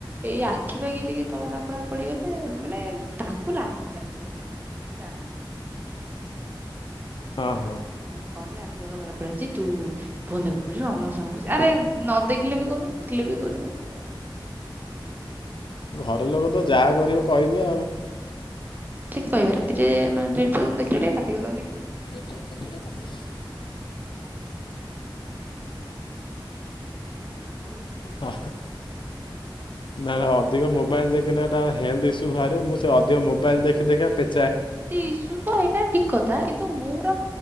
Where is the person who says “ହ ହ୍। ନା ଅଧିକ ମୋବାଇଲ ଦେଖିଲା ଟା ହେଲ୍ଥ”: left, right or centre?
Left